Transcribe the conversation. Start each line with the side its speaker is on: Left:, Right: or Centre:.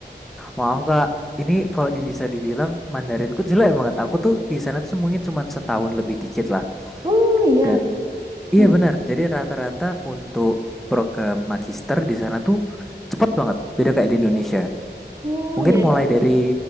Centre: Maaf Kak, ini kalau bisa dibilang Mandarinku jelek banget. Aku tuh di sana tuh mungkin cuma setahun lebih dikit lah.
Right: Oh iya.
Centre: Dan
Right: Hmm.
Centre: iya benar, jadi rata-rata untuk program magister di sana tuh cepat banget, beda kayak di Indonesia.
Right: Oh
Centre: Mungkin
Right: iya.
Centre: mulai
Right: iya, iya.
Centre: dari